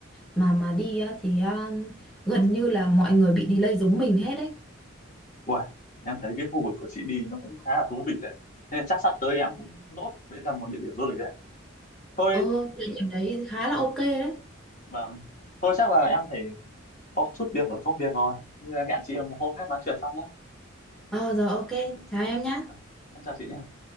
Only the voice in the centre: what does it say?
mà mà đi á, thì à, gần như là mọi người bị delay giống mình hết đấy.
Ờ, địa điểm đấy khá là ok đấy.
Ờ, rồi ok, chào em nhé.